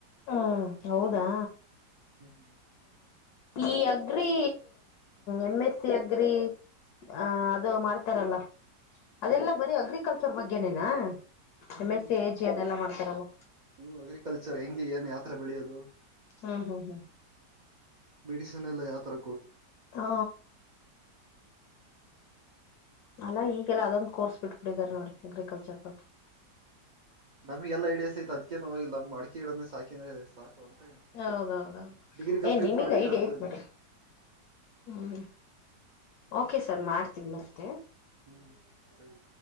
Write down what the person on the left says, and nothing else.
ಹ್ಮ್ ಹೌದಾ
ಈ agri M S C agri ಅ ಅದು ಮಾಡ್ತಾರಲ್ಲ ಅದೆಲ್ಲ
ಬರೀ ಅಗ್ರಿಕಲ್ ಬಗ್ಗೆನೇನಾ
M S C A G ಅದೆಲ್ಲಾ ಮಾಡ್ತಾರಲ್ಲ
ಹಾ ಹಾ ಹಾ
ಹಾ ಅಲ್ಲ ಈ ಎಲ್ಲಾ ಅದೊಂದು ಕೋರ್ಸ್ ಬಿಟ್ಬಿಟ್ಟಿದ್ದಾರೆ ನೋಡಿ ಅಗ್ರಿಕಲ್ಚರ್ ಬಗ್ಗೆ
ಹೌದೌದೌದು
ಏನ್ ನಿಮಗ್
ಐಡಿಯಾ
ಐತಿ
ಬಿಡ್ರಿ ಹ್ಮ್ ಓಕೆ ಸರ್ ಮಾಡ್ತೀನಿ ಮತ್ತೆ